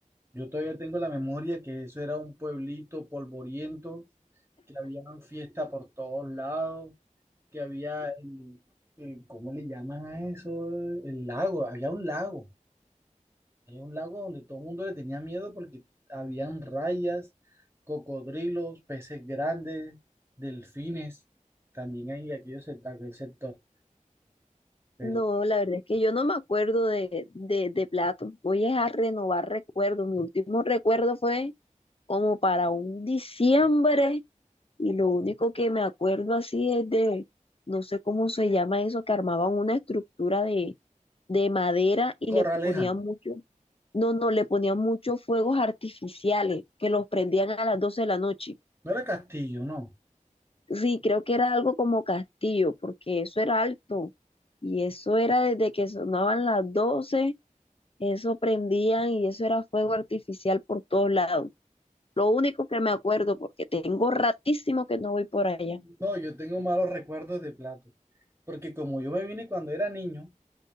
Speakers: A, on the right; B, on the left.
A: Yo todavía tengo la memoria que eso era un pueblito polvoriento, que había fiesta por todos lados, que había el, el- ¿cómo le llaman a eso? El lago, había un lago Hay un lago donde todo el mundo le tenía miedo porque habían rayas, cocodrilos, peces grandes, delfines. También hay aquello sect- aquel sector. Pero
B: No, la verdad es que yo no me acuerdo de, de, de platos. Voy a renovar recuerdos. Mi último recuerdo fue como para un diciembre y lo único que me acuerdo así es de, no sé cómo se llama eso, que armaban una estructura de, de madera y le
A: Corraleja,
B: ponían mucho, no, no, le ponían muchos fuegos artificiales que los prendían a las 12 de la noche.
A: no era Castillo, no.
B: Sí, creo que era algo como castillo, porque eso era alto y eso era desde que sonaban las doce Eso prendían y eso era fuego artificial por todos lados. Lo único que me acuerdo, porque tengo ratísimo que no voy por allá.
A: No, yo tengo malos recuerdos de Plato. Porque como yo me vine cuando era niño,